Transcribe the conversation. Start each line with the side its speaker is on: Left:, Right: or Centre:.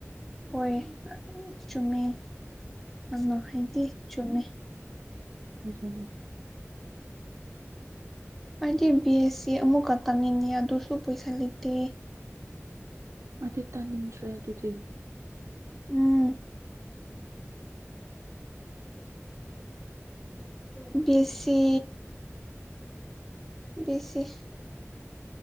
Centre: ꯍꯣꯏ ꯑ ꯆꯨꯝꯃꯦ ꯅꯪꯅ ꯍꯥꯏꯗꯤ ꯆꯨꯝꯃꯦ
Right: ꯑꯗꯨꯅꯦ
Centre: ꯑꯩꯗꯤ ꯕꯤ ꯑꯦꯁ ꯁꯤ ꯑꯃꯨꯛꯀ ꯇꯥꯝꯅꯤꯡꯉꯦ ꯑꯗꯨꯁꯨ ꯄꯩꯁꯥ ꯂꯩ ꯇꯦ
Right: ꯑꯩꯗꯤ ꯇꯥꯅꯤꯡꯗ꯭ꯔꯦ ꯑꯗꯨꯗꯤ
Centre: ꯎꯝ <inaudible> B S C B S C